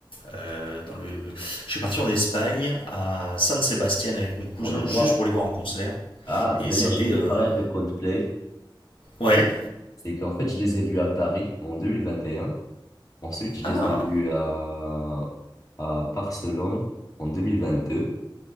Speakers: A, on the left (about 80°); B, on the left (about 45°).
A: euh, dans le, je suis parti en Espagne à San Sebastian avec mon cousin
B: Pour les voir.
A: juste pour les voir en concert
B: Ah,
A: et
B: d'ailleurs,
A: c'était
B: j'ai fait
A: euh,
B: pareil avec Coldplay.
A: ouais
B: C'est qu'en fait, je les ai vus à Paris en deux mille vingt et un Ensuite, je
A: ah
B: les ai vus à, à Barcelone en deux mille vingt deux